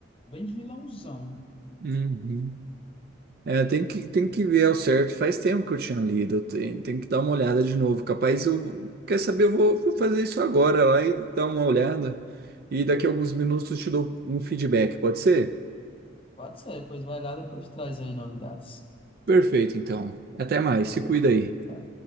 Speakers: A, on the left (about 25°); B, on the right (about 50°).
A: bem vilãozão.
B: Uhum. É, tem que, tem que ver ao certo. Faz tempo que eu tinha lido. Tem, tem que dar uma olhada de novo. Capaz eu. Quer saber? Eu vou, vou fazer isso agora lá e dar uma olhada. E daqui a alguns minutos eu te dou um feedback, pode ser?
A: Pode ser, pois vai lá, depois traz aí novidades.
B: Perfeito, então. Até mais.
A: Valeu.
B: Se cuida aí.
A: Tá.